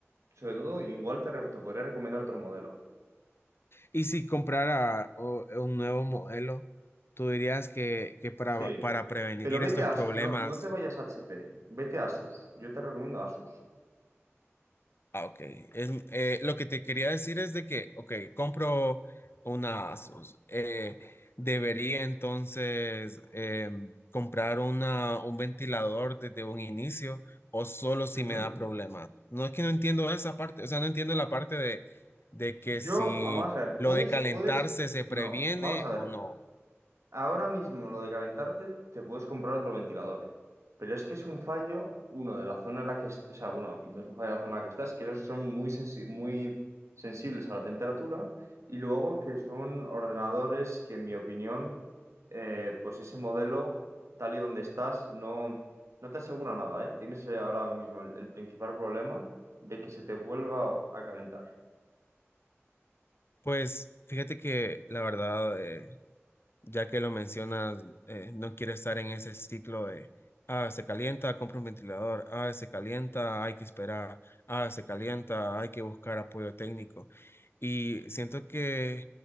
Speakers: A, on the right (about 80°); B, on the left (about 55°).
A: sobre todo, igual te, re- te podría recomendar otro modelo.
B: Y si comprara o- un nuevo modelo, tú dirías que, que para,
A: Sí.
B: para prevenir
A: Pero
B: estos
A: vete a
B: problemas
A: Asus, no, no te vayas a HP. Vete a Asus. Yo te recomiendo Asus.
B: Ah, ok. Es, eh, lo que te quería decir es de que, ok, compro una Asus. eh, debería entonces eh, comprar una, un ventilador desde un inicio o solo si
A: Ujú.
B: me da problemas. No es que no entiendo esa parte, o sea, no entiendo la parte de, de que
A: Yo,
B: si
A: ah, vamos a ver,
B: lo
A: puedes,
B: de calentarse
A: puedes,
B: se
A: no,
B: previene
A: vamos a ver.
B: o no.
A: Ahora mismo lo de calentarte, te puedes comprar otro ventilador. Pero es que es un fallo, uno, de la zona en la que, est- o sea, bueno, no es un fallo de la zona en la que estás, que esos son muy, sensi- muy sensibles a la temperatura, y luego que son ordenadores que, en mi opinión, eh, pues ese modelo, tal y donde estás, no, no te asegura nada, ¿eh? Tienes eh, ahora mismo el, el principal problema de que se te vuelva a calentar.
B: Pues fíjate que la verdad... eh, ya que lo mencionas, eh, no quiere estar en ese ciclo de, ah, se calienta, compra un ventilador, ah, se calienta, hay que esperar, ah, se calienta, hay que buscar apoyo técnico. Y siento que,